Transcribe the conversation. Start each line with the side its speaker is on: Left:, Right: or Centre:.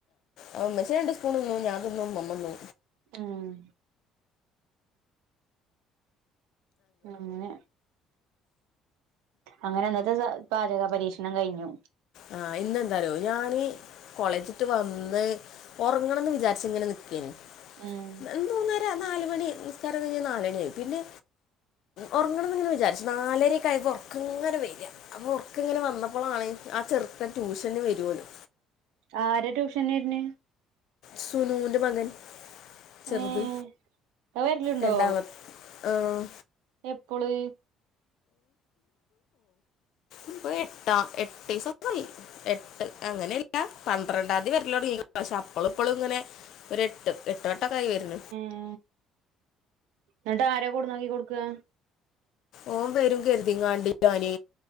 Left: ആഹ് മ്മച്ചി രണ്ട് സ്പൂൺ തിന്നു, ഞാൻ തിന്നു, മ്മമ്മ തിന്നു
Right: ആഹ് അങ്ങനെ, അങ്ങനെ ഇന്നത്തെ സ പാചക പരീക്ഷണം കഴിഞ്ഞു
Left: ആഹ് ഇന്നെന്താറിയോ ഞാന് കോളേജ്ട്ട് വന്ന്, ഒർങ്ങണന്ന് വിചാരിച്ചിങ്ങനെ നിക്കെയ്നി,
Right: ഉം
Left: എന്തോന്ന് ല്ല. നാല് മണി, നിസ്കാരം ഒക്കെ കഴിഞ്ഞാ നാലണിയായി പിന്നെ ഒർങ്ങണന്ന് ഇങ്ങനെ വിചാരിച്ചു. നാലരൊക്കെ ആയപ്പോ ഒർക്ക്ങ്ങനെ വര അപ്പൊ ഒർക്കങ്ങനെ വന്നപ്പളാണ് ആ ചെർക്കൻ ട്യൂഷന് വര്വല്ലോ
Right: ആരാ ട്യൂഷൻന്ന് വര്നെ
Left: സുനൂന്റെ മകൻ ചെർത്
Right: ഏഹ് അത് വരലുണ്ടോ
Left: രണ്ടാമത്ത് ആഹ്
Right: എപ്പൊള്
Left: ഇപ്പൊ എട്ടാ എട്ടീസൊക്കായി എട്ട് അങ്ങനെല്ല പന്ത്രണ്ടാന്തി വര്ലൊടങ്ങീണ്. പക്ഷെ അപ്പളുംപ്പളുംങ്ങനെ ഒരെട്ട് എട്ട് വട്ടൊക്കായി വര്ന്.
Right: ഉം, ന്നട്ടാര കൊട്ന്നാക്കി കൊട്ക്കാ?
Left: ഓം വെരും കെര്തിങ്ങാണ്ട് ഞാന്